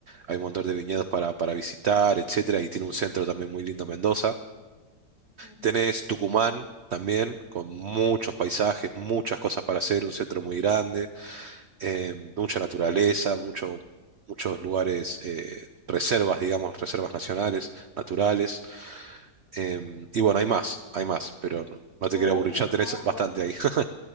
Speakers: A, on the right (about 85°); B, on the left (about 60°).
A: hay un montón de viñedos para, para visitar, etcétera, y tiene un centro también muy lindo Mendoza.
B: Ujú.
A: Tenés Tucumán también, con muchos paisajes, muchas cosas para hacer, un centro muy grande, eh, mucha naturaleza, mucho, muchos lugares, eh, reservas, digamos, reservas nacionales, naturales. em, y bueno, hay más, hay más, pero no, no te
B: Voy
A: quiero aburrir,
B: a checar,
A: ya tenés bastante
B: voy a,
A: ahí. <laughs>